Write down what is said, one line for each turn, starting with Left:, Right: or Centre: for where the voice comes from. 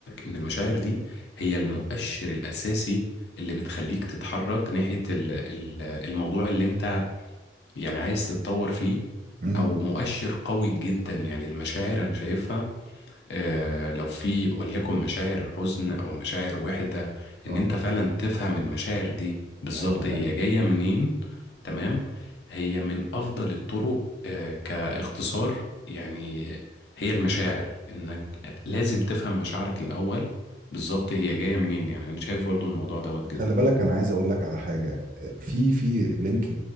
Left: ان المشاعر دي هي المؤشر الاساسي اللي بتخليك تتحرك ناحيه ال- ال- الموضوع اللي انت يعني عايز تتطور فيه
Right: امم
Left: او مؤشر قوي جدا يعني المشاعر انا شايفها آه، لو في وليكن مشاعر حزن او مشاعر وحدة ان
Right: اه
Left: انت فعلا تفهم المشاعر دي بالظبط
Right: ايوه فاهم
Left: هي جاية منين تمام هي من افضل الطرق آه، كاختصار يعني هي المشاعر انك لازم تفهم مشاعرك الاول بالظبط هي جاية منين يعني انا شايف برضو الموضوع دوت جدا
Right: خلي بالك انا عايز اقول لك على حاجه في في لينك